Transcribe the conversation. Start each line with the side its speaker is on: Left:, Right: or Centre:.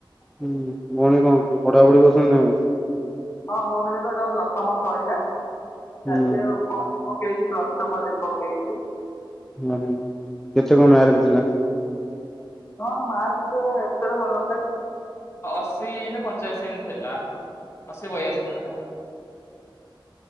Centre: ହୁଁ ଭଉଣୀ କଣ ପଢାପଢି ପସନ୍ଦନାହିଁ
Left: ହଁ ଭଉଣୀର ଏବେ ଯୋଉ ଦଶମ ସରିଲା
Centre: ହୁଁ
Left: ଚାଲିଚି ଆଉ କଣ ପକେଇଚି ପ୍ଲସ୍‌ ଟୁ କଲେଜ ପକେଇଚି
Centre: ଓ ହୋ କେତେ କମ ମାର୍କ ଥିଲା
Left: ହଁ ମାର୍କ ଏତେ ଭଲ ନଥିଲା ଅଶି ନା ପଞ୍ଚାଅଶୀ ଏମିତି ଥିଲା ଅଶୀ ବୟାଶୀ ହେଲା